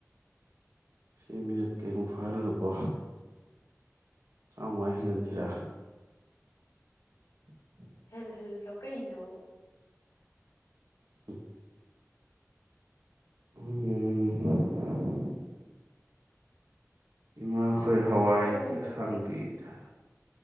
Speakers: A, on the right; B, on the left.
A: ꯁꯤ ꯃꯤꯅꯠ ꯀꯩꯃꯨꯛ ꯐꯥꯍꯜꯂꯨꯀꯣ ꯇꯔꯥꯃꯉꯥ ꯍꯦꯜꯍꯟꯁꯤꯔ <unintelligible>
B: ꯍꯦꯜ ꯍꯜꯂꯣ ꯀꯩꯅꯣ
A: <unintelligible> ꯎꯝ ꯏꯃꯥ ꯑꯩꯈꯣꯏ ꯍꯋꯥꯏꯁꯤ
B: ꯈꯣꯡꯁꯤꯀꯣ
A: ꯑꯁꯥꯡꯕꯤ ꯊꯥ